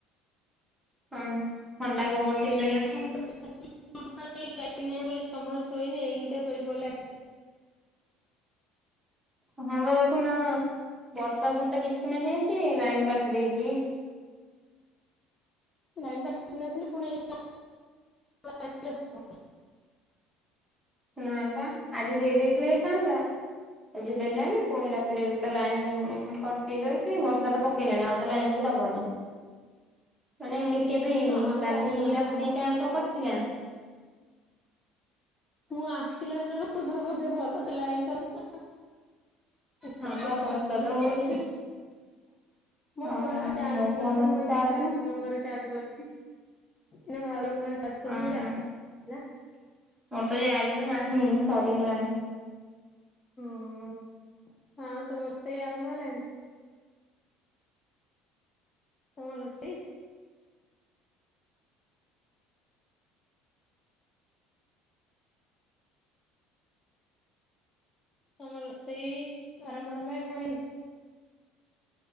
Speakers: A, in the centre; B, on the left (about 20°).
A: ଅ ହଁ। ଥଣ୍ଡା ପବନ ଟିକେ ଦେଲାଠୁ
B: <unintelligible> ଲାଇନ୍ ନାହିଁ ବୋଲି ତମାରୁ ଶୋଇନି ଏଇନିକା ଶୋଇ ପଇଲା
A: ହଁ ବା ଦେଖୁନା ବର୍ଷା ଫର୍ଷା କିଛି ନାହିଁ ଆଜି ଲାଇନ କାଟି ଦେଇଚି।
B: ଲାଇନ ତ ଆସିନି ଆସିନି। <unintelligible>
A: ନାଇଁ ପା ଆଜି ଦେଇ ଦେଇଥିଲେ ହେଇଥାନ୍ତା। ଆଜି ଦେଲାନି। ପୁଣି ରାତିରେ ବି ତ ଲାଇନ କଟି ଦଉଚି ବର୍ଷା ତ ପକେଇଲାଣି ଆଉ ତ ଲାଇନ ବି ଦବନି। ମାନେ ଏମିତି କେବେ ହେଇନି
B: ଆଉ
A: କାଲି
B: ଲାଇନ ନ ଆସୁ
A: ରାତି
B: ଆମ
A: ଟା ଆଙ୍କ କଟିଲା।
B: ମୁଁ ଆସିଲା ଦିନଠୁ ବୋଧେ ବୋଧେ ଭଲ ରେ ଲାଇନ ତ ରହୁ <unintelligible>
A: ହଁ ବା ବର୍ଷା
B: କିଛି
A: ତ ହଉଛି।
B: ନାହିଁ। ମୋ
A: ହଁ
B: ଫୋନରେ ପା ଚାର୍ଜ
A: ମୋ ଫୋନରେ
B: ନଥିଲା ମୁଁ
A: ତ
B: ଏଇ
A: ଚାର୍ଜ
B: ସୁକାନ୍ତି
A: ନାହିଁ
B: ଭାଉଜଙ୍କ ଘରେ ଚାର୍ଜ କରିଚି। ଏଇନା ଭାଉଜ ଙ୍କ ଘରେ ଚାର୍ଜ କଲି।
A: ଅଁ
B: <unintelligible>
A: ହଁ ମୋର ତ ଚାର୍ଜ ବି ନାହିଁ ସରିଗଲାଣି।
B: <unintelligible> ଆଉ ତମ ରୋଷେଇ ଆରମ୍ଭ ହେଲାଣି? ତମ ରୋଷେଇ ତମ ରୋଷେଇ ଆରମ୍ଭ ହେଲାଣି ନା ହେଇନି?